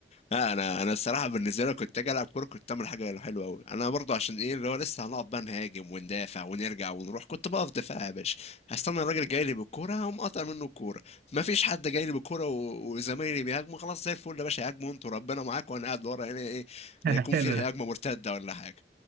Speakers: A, on the left (about 35°); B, on the right (about 55°).
A: لا انا انا الصراحه بالنسبه لي كنت اجي العب كوره كنت اعمل حاجه حلوه قوي انا برضو عشان ايه اللي هو لسه هنقعد بقى نهاجم وندافع ونرجع ونروح كنت بقف دفاع يا باشا هستنى الراجل جاي لي بالكوره هقوم قاطع منه الكوره ما فيش حد جاي لي بالكوره و- وزمايلي بيهاجموا خلاص زي الفل يا باشا هاجموا انتوا ربنا معاك وانا قاعد ورا هنا ايه
B: <laughs>
A: لا يكون
B: حلو
A: في هجمه
B: ده.
A: مرتده ولا حاجه